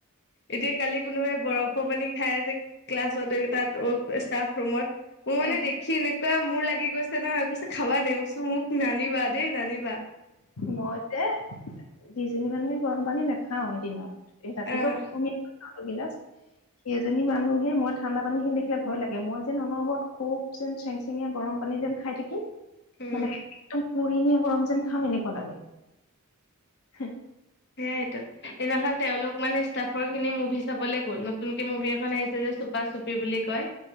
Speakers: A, on the left; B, on the left.
A: এতিয়া কালি কোনোবাই বৰফ স পানী খাই আছে ক্লাছত তাত অ ষ্টাফ ৰুমত। মোৰ মানে
B: এ
A: দেখি এনেকুৱা মোৰ লাগি গৈছে নহয়। কৈছে খাবা নি? মচো মোক কি না নানিবা দেই নানিবা।
B: মইযে দুজনী মানুহে গৰম পানী নাখাওয়ে। দিনত, এই ৰাতিপুৱা
A: আহ
B: কুহুমীয়াকৈ খাও এগিলাচ। সেইজনী মানুহে মই ঠাণ্ডা পানী খিনি দেখিলে ভয় লাগে, মই যেন অনবৰত খুব যেন চেং চেঙিয়া গৰম পানী যেন খাই থাকিম,
A: উম।
B: মানে একদম পুৰি নিয়া গৰম যেন খাম এনেকুৱা লাগে। হু।
A: সেইয়াইটো। এদিনাখন তেওঁলোক মানে ষ্টাফৰ খিনি মুভি চাবলে গল, নতুনকে মুভি এখন আহিছে যে চুপা চুপি বুলি কয়।